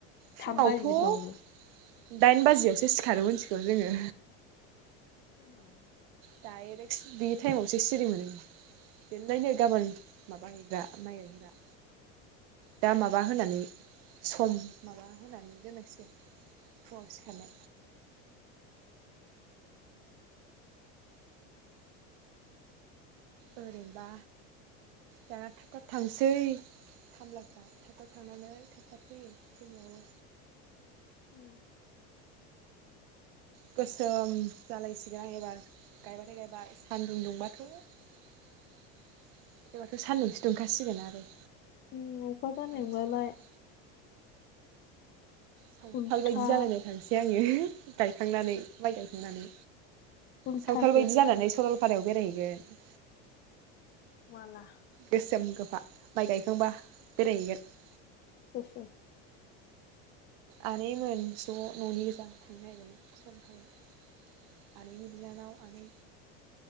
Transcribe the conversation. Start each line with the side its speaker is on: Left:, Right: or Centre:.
Right: फुङावथ'
Left: थाम बाजिफ्रावनो
Right: दाइन बाजियावसो सि खारो मिथिगौ जोङो।
Left: <unintelligible>
Right: डायरेक्ट स्नि टाइमावसो सिरि मोनो बेनोलायनो गाबोन माबाहैग्रा माइ गायग्रा। दा माबा होनानै सम माबा होनानै दोनांसिगोन फुङाव सिखारनो। ओरैनोबा दाना थाब थाब थांसै खामलाफ्रा थाब थाब थांनानै थाब थाब फैयो फैनायावबो।
Left: उम।
Right: गोसोम जालायसिगोन आं एबार गायबाथाय गायबाय सानदुं दुंबाथ' एबाराथ' सान्दुंसो दुंखासिगोन आरो।
Left: उम अखासो हानाय
Right: आमथिसुवा
Left: नंलालाय।
Right: बायदि सावथाल
Left: उल्था
Right: बायदि जालाय लायथारनोसै आङो। गायखांनानै माइ गायखांनानै।
Left: उल्थासो
Right: सावथाल बायदि जानानै सरल फारायाव बेरायहैगोन।
Left: माला
Right: गोसोम गोफ फा माइ गायखांबा। बेरायहैगोन
Left: सोर सोर?
Right: आनैमोन ज' न'नि गोजा थांनो नागिरदोंमोन। सरलपारायाव। आनैनि बिनानाव आनै